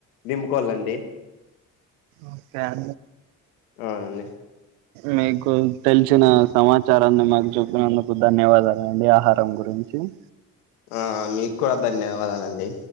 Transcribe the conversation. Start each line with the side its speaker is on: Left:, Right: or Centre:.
Left: దింపుకోవాలండి
Right: ఓకే అ
Left: అవునండి
Right: మీకు తెలిసిన సమాచారాన్ని మాకు చెూప్పినందుకు ధన్యవాదాలండి ఆహారం గురించి గుంచి
Left: ఆ మీకు కూడా ధన్యవాదాలండి